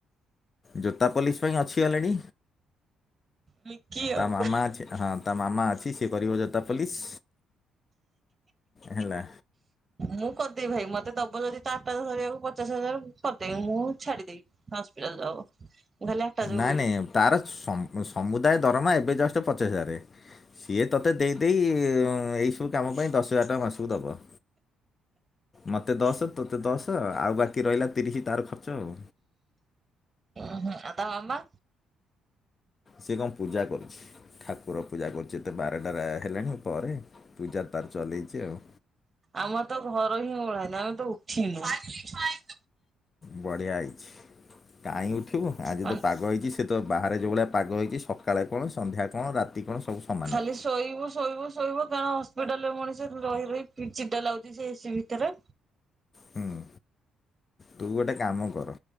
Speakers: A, on the left; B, on the right.
A: ଜୋତା ପୋଲିସ ପାଇଁ ଅଛି ଅଲରେଡି
B: ମିକି
A: ତା
B: ଆଉ।
A: ମାମା ଅଛି ହଁ। ତା ମାମା ଅଛି ସେକରିବ ଯୋତା ପୋଲିସ ହେଲା।
B: ମୁଁ କରିଦବି ଭାଇ ମତେ ଦବ ଯଦି ତା ଆଟାଜ ଧରିବାକୁ ପଚାଶ ହଜାର କରିଦେବି ମୁଁ ଛାଡିଦବି ହସ୍ପିଟାଲ ଯବ ଖାଲି ଆଟାଯ
A: ନାଈ ନାଈ ତାର ସ ସମୁଦାୟ ଦରମା ଏବେ ଜଷ୍ଟ ପଚିଶ ହଜାର। ସିଏ ତୋତେ ଦେଇଦେଇ ଏଇସବୁ କାମ ପାଇଁ ଦଶ ହଜାର ଟଙ୍କା ମାସକୁ ଦେବ। ମୋତେ ଦଶ ତୋତେ ଦଶ ଆଉ ବାକି ରହିଲା ତିରିଶ ତାର ଖର୍ଚ୍ଚ ଆଉ।
B: ହଁ ଆ ତା ମାମା?
A: ସିଏ କଣ ପୂଜା କରୁଚି। ଠାକୁର ପୂଜା କରୁଚି ଏତେ ବାରଟାରେ ହେଲାଣି ପରେ ପୂଜା ତାର ଚଲେଇଚି ଆଉ।
B: ଆମ ତ ଘର ହିଁ ଓଳାଇନି ଆମେ ତ ଉଠିନୁ।
A: ବଢିଆ ହେଇଚି କାଇଁ ଉଠିବୁ ଆଜି
B: ମାନେ
A: ତ ପାଗ ହେଇଚି ସେ ତ ବାହାରେ ଯେଉଁଭଳିଆ ପାଗ ହେଇଛି ସକାଳେ କଣ ସନ୍ଧ୍ୟା କଣ ରାତି କଣ ସବୁ ସମାନେ।
B: ଖାଲି ଶୋଇବୁ ଶୋଇବୁ ଶୋଇବୁ କାରଣ ହସ୍ପିଟାଲ ରେ ମଣିଷ ରହି ରହି ଚିଟା ଲାଗୁଚି ସେ ଏସିି ଭିତରେ।
A: ହୁଁ ତୁ ଗୋଟେ କାମ କର